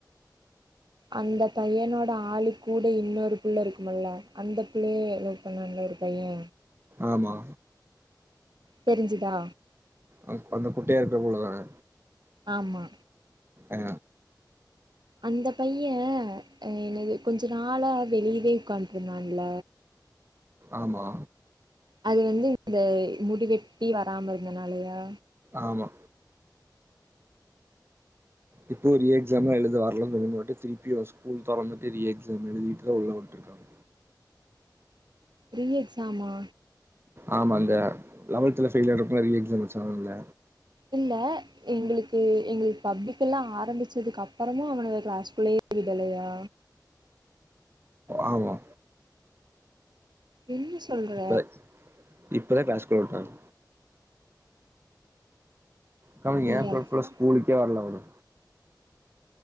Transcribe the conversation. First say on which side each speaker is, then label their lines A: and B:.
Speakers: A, on the right; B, on the right.
A: அந்த பைய்யனோட ஆளு கூட இன்னொரு புள்ள இருக்குமுல்ல அந்த புள்ளைய எனக் <unintelligible> இன்னொரு பைய்யே
B: ஆமா
A: தெரிஞ்சிதா
B: அ அந்த குட்டயா இருக்க புள்ளதான
A: ஆமா
B: ஏ
A: அந்த பைய்யே என்னிய கொஞ்ச நாள வெளியவே உக்காண்டருந்தான்ல
B: ஆமா
A: அது வந்து இந்த முடி வெட்டி வராம இருந்தனாலயா
B: ஆமா இப்போ ரீஎக்ஸாம்லா எழுத வர்லன் சொன்னங்காட்டி திருப்பியு ஸ்கூல் தொறந்துட்டு ரீஎக்ஸாம் எழுதீட்டுதா உள்ள உட்ருக்காங்க
A: ரீஎக்ஸாமா
B: ஆமா இந்த லெவன்த்ல ஃபெய்ல் ஆரவங்கெல்லா ரீஎக்ஸாம் வெச்சாங்கல்ல
A: இல்ல எங்களுக்கு எங்களுக்கு பப்ளிக் எல்லா ஆரம்பிச்சதுக்கப்புறமு அவனுக க்ளாஸ்குள்ளயே விடலையா
B: ஆமா
A: என்ன சொல்ற
B: இப்ப இப்பதா க்ளாஸ்குள்ள உட்டாங்க கம்மிங்
A: நீ
B: ஏப்ரல்
A: அப்ப
B: ஃபுல்லா ஸ்கூலுக்கே வர்ல அவனு